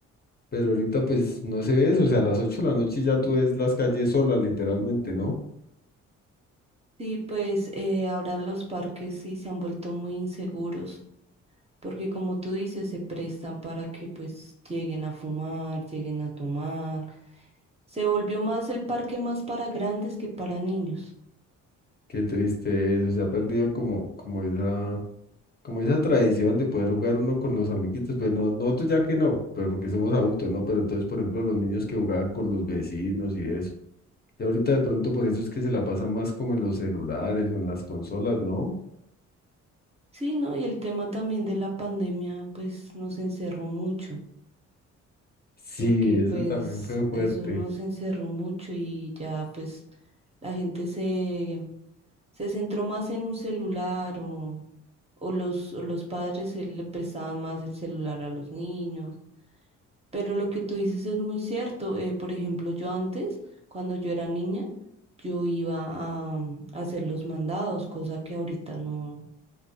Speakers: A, on the left (about 30°); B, on the right (about 20°).
A: Pero ahorita pues no se ve eso, o sea, a las 8 de la noche ya tú ves las calles solas literalmente, ¿no?
B: Sí, pues eh, ahora los parques sí se han vuelto muy inseguros, porque como tú dices, se prestan para que pues lleguen a fumar, lleguen a tomar. Se volvió más el parque más para grandes que para niños.
A: Qué triste eso, se ha perdido como, como esa, como esa tradición de poder jugar uno con los amiguitos, pues no, nosotros ya que no, pero porque somos adultos, ¿no? Pero entonces, por ejemplo, los niños que jugaban con los vecinos y eso. Y ahorita de pronto por eso es que se la pasan más como en los celulares o en las consolas, ¿no?
B: Sí, ¿no? Y el tema también de la pandemia pues nos encerró mucho,
A: Sí,
B: porque
A: eso
B: pues
A: también fue fuerte.
B: eso nos encerró mucho y ya pues la gente se se centró más en un celular o, o los, o los padres eh, le prestaban más el celular a los niños. Pero lo que tú dices es muy cierto. Eh, por ejemplo, yo antes, cuando yo era niña, yo iba a, mm, a hacer los mandados, cosa que ahorita no,